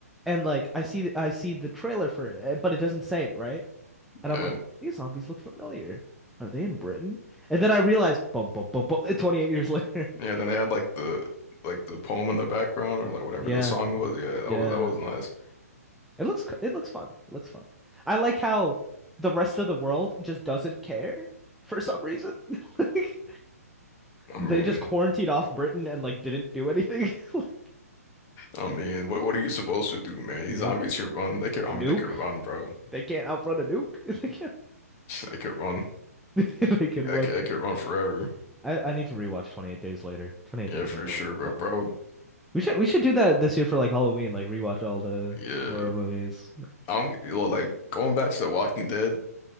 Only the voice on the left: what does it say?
Yeah.
Yeah,
then they had like the like the poem in the background or like whatever
the song was. Yeah, that
was that was nice.
I
mean,
I mean, what what are you supposed to do, man? These
zombies could run. They could, I
mean, they could run, bro.
They could run.
They
could, they could run forever.
Yeah, for
sure.
But
bro,
yeah,
I don't get- well, like going back to The Walking Dead